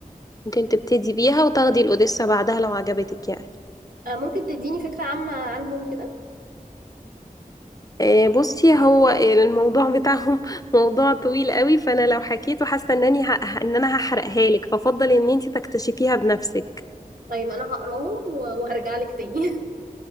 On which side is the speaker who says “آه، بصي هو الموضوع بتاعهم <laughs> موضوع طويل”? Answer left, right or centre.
Left